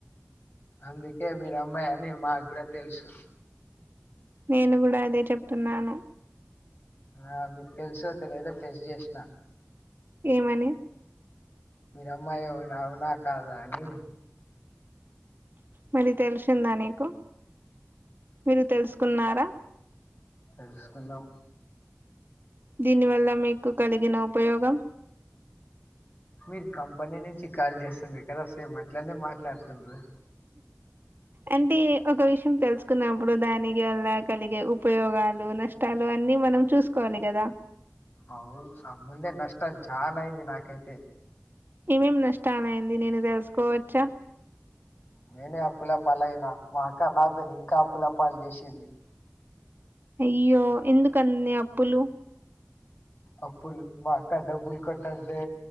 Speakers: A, on the left; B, on the right.
A: అందుకే మీరు అమ్మాయి అని మాకు కూడా తెలుసు
B: నేను కూడా అదే చెప్తున్నాను
A: ఆ మీకు తెలుస తెలిదా టెస్ట్ చేసిన
B: ఏమని
A: మీర అమ్మాయి ఎవునావునా కాదా అని
B: మరి తెలిసిందా నీకు మీరు తెలుసుకున్నారా
A: తెలుసుకున్నాాం
B: దీని వల్ల మీకు కలిగిన ఉపయోగం
A: మీరు కంపెనీ నుంచి కాల్ చేస్తంది ఎద సే అట్లనే మాట్లాడున్నారు
B: అంటే ఒక విషయం తెలుసుకున్నప్పుడు దానికి వల్ల కలిగే ఉపయోగాలు నష్టాలు అన్ని మనం చూసుకోవాలి కదా
A: అవు ఆ ముందే నష్ట అం చనయింది నా నాకైతే
B: ఏమేం నష్టాలయింది నేను తెలుసుకోవచ్చా
A: నేనే అప్పుల పాలయినా మా అక్క నాతోని ఇంకా అప్పుల పాలు చేసింది
B: అయ్యో ఎందుకు అన్ని అప్పులు
A: అప్పులు మా అక్క డబ్బులు కొట్టంటే